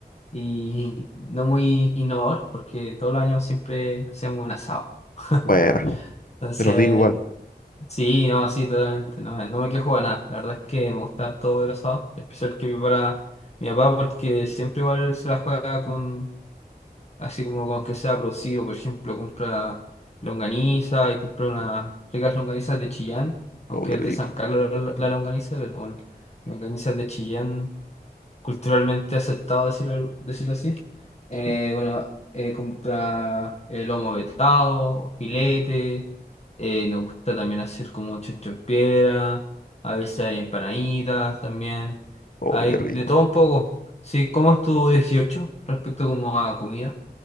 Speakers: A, on the left; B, on the left.
A: y no muy innovador porque todos los años siempre hacemos un asado. <laughs>
B: Buena,
A: Entonces,
B: pero rico igual.
A: Sí, no, sí, totalmente. No, me no me quejo de nada. La verdad es que me gusta todo el asado, especial que prepara mi papá, porque siempre igual se la juega con, así como con que sea producido. Por ejemplo, compra longaniza y compra unas ricas longanizas de Chillán, aunque
B: Oh, qué
A: es
B: rico.
A: de San Carlos la, la longaniza, pero bueno, longanizas de Chillán culturalmente aceptado decirlo, decirlo así. Eh,
B: sí,
A: bueno, eh, compra el lomo vetado, o filete, eh, nos gusta también hacer como chancho en piedra, a veces hay empanaditas también,
B: Oh,
A: hay
B: qué rico.
A: de todo un poco. Sí, ¿cómo es tu 18 respecto como a comida?